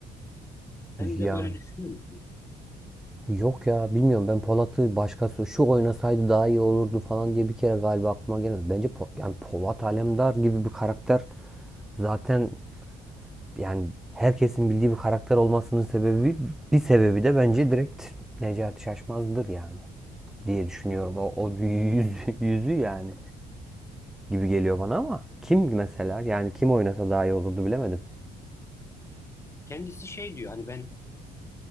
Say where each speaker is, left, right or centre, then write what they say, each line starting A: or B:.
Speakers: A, on the left (about 15°); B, in the centre.
A: Sen
B: ya
A: de böyle düşünüyor musun?
B: yok ya bilmiyorum ben Polat'ı başkası şu oynasaydı daha iyi olurdu falan diye bir kere galiba aklıma gelmedi. Bence Po- yani Polat Alemdar gibi bir karakter zaten yani herkesin bildiği bir karakter olmasının sebebi bir sebebi de bence direkt Necati Şaşmaz'dır yani diye düşünüyorum.
A: Hı.
B: O, o yüz, <laughs> yüzü yani gibi geliyor bana ama kim mesela yani kim oynasa daha iyi olurdu bilemedim.
A: Kendisi şey diyor hani ben